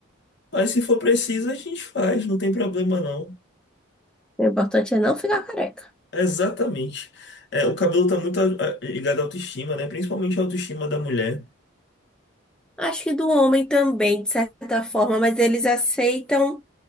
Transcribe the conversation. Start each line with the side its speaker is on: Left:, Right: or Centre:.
Left: Mas se for preciso, a gente faz, não tem problema não.
Centre: O importante é não ficar careca.
Left: Exatamente. É, o cabelo tá muito ah, ligado à autoestima, né? Principalmente à autoestima da mulher.
Centre: Acho que do homem também, de certa forma, mas eles aceitam